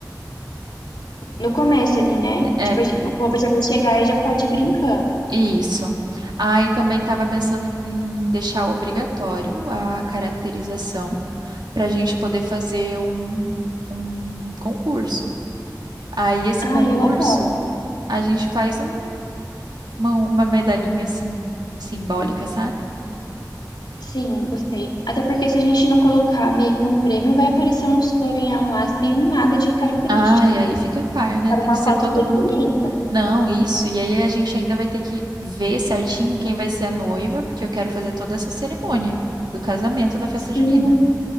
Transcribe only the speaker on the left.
no começo ali, né?
Tipo, a gente- o povo já vai chegar e já pode ir brincando.
Ah,
eu apoio.
Sim, gostei. Até porque se a gente não colocar meio que um prêmio, vai aparecer um sonhão lá sem nada de característica,
né?
Para
uma
foto
bem
bonita.
Sim,